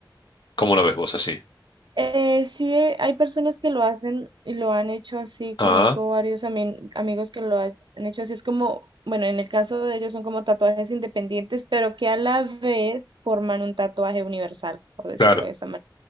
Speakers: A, on the left; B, on the right.
A: ¿Cómo lo ves vos así?
B: Eh, sí, eh, hay personas que lo hacen y lo han hecho así. Conozco
A: Ah,
B: varios ami- amigos que lo ha- han hecho así. Es como, bueno, en el caso de ellos son como tatuajes independientes, pero que a la vez forman un tatuaje universal, por decirlo
A: claro,
B: de esta manera.